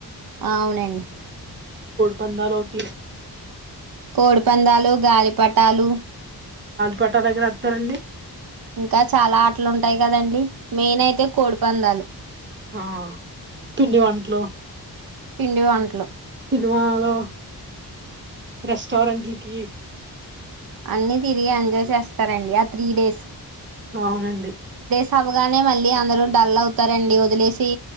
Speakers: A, on the right; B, on the right.
A: అవునండి
B: బందరోటి
A: కోడి పందాలు గాలిపటాలు
B: పటాల దగ్గర వస్తారండి
A: ఇంకా చాలా ఆటలుంటాయి కదండి నేను అయితే కోడి పందాలు
B: ఆ పిండి వంటలు
A: పిండి వంటలు
B: సినిమాలో <unintelligible> రెస్టారెంట్లకి
A: అన్నన్ని తిరిగి ఎంజాయ్ చేస్తారండి ఆ త్రీ డేస్
B: అవునండి
A: చవగానే మళ్ళీ అందరు డల్ అవుతారండి వదిలేసి